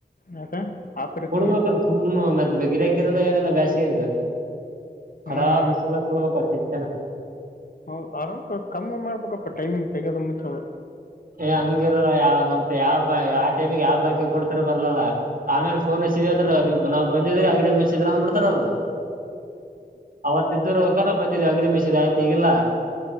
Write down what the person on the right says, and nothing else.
ಕೋಡ್ಬೇಕಲ್ಲ ಫುಲ್ ಮತ್ ಒಂದು ಗಿರೆಕಿರೆಲ್ಲ ಏನಿಲ್ಲ ಬ್ಯಾಸಿಗ್ಯಾಗ
ಖಡಾ ಬಿಸಿಲ್ಲ ಕೊಡ್ಬೇಕ ಚೆಂತೆನ
ಏ ಹಂಗಿರಲ್ಲ ಯಾವ ನಮ್ತ್ ಯಾವ ಆ ಟೈಮಿಗೆ ಯಾವ್ ಬಾಕಿ ಕೊಡ್ತಾರ ಬರ್ಲಲ್ಲಾ ಆಮೇಲೆ ಫೋನ್ ಮ ಅಂದ್ರ ನಾವ್ ಬಂದಿದ್ರೆ ಅಂಗಡಿ ಮತ್ರ್ ಬಿಡ್ತಾರ ಅವರು ಅವತ್ತಿದರು ಕರ ಬಂದಿದ್ವಿ ಅಂಗಡಿ ಮೆಸಿದ ಆಯ್ತಿ ಈಗಿಲ್ಲ